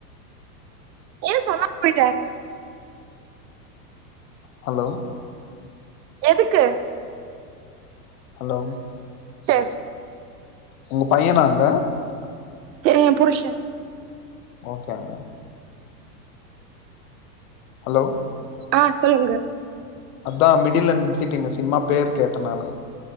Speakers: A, on the right; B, on the left.
A: ஏன் சொன்ன போயிட்ட
B: ஹலோ
A: எதுக்கு
B: ஹலோ
A: சியர்ஸ்
B: உங்க பையனாங்க
A: ஏன் புருஷன்
B: ஓகேங்க ஹலோ
A: ஆ சொல்லுங்க
B: அதான் மிடில்ல நிறுத்திட்டீங்க சும்மா பேர் கேட்டேன் நானு